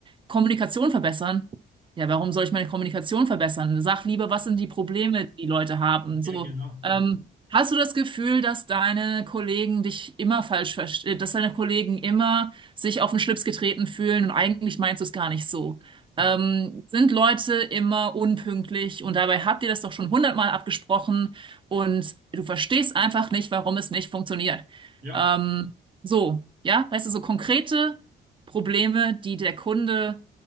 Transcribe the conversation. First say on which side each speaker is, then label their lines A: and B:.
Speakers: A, on the right (about 25°); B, on the right (about 75°).
A: Kommunikation verbessern. Ja, warum soll ich meine Kommunikation verbessern? Sag lieber, was sind die Probleme, die die Leute haben?
B: ja,
A: So,
B: genau.
A: ähm, hast du das Gefühl, dass deine Kollegen dich immer falsch verstehen, dass deine Kollegen immer sich auf den Schlips getreten fühlen und eigentlich meinst du es gar nicht so?
B: Hm.
A: Ähm, sind Leute immer unpünktlich und dabei habt ihr das doch schon hundertmal abgesprochen? Und du verstehst einfach nicht, warum es nicht funktioniert.
B: Ja.
A: Ähm, so, ja, weißt du, so konkrete Probleme, die der Kunde